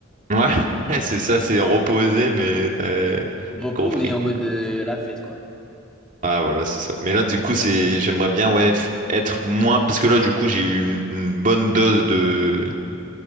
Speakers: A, on the right; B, in the centre.
A: Ouais, <laughs> ouais, c'est ça, c'est reposer mais t'as t'as
B: Repos,
A: compris.
B: mais en mode euh, la fête, quoi.
A: Ah voilà, c'est ça. Mais là, du coup, c'est j'aimerais bien ouais f- être moins parce que là, du coup, j'ai eu une, une bonne dose de